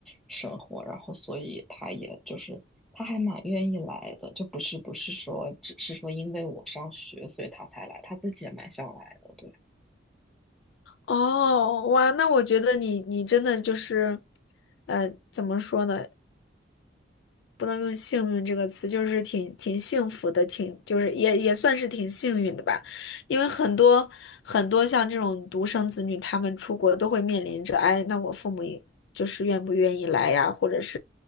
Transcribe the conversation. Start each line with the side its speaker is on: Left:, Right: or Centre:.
Centre: 生活，然后所以他也就是他还蛮愿意来的，就不是不是说只是说因为我上学所以他才来，他自己也蛮想来的，对
Left: 哦，哇，那我觉得你你真的就是，呃，怎么说呢？不能用幸运这个词，就是挺挺幸福的，挺就是也也算是挺幸运的吧，因为很多很多像这种独生子女，他们出国都会面临着，哎，那我父母也就是愿不愿意来呀，或者是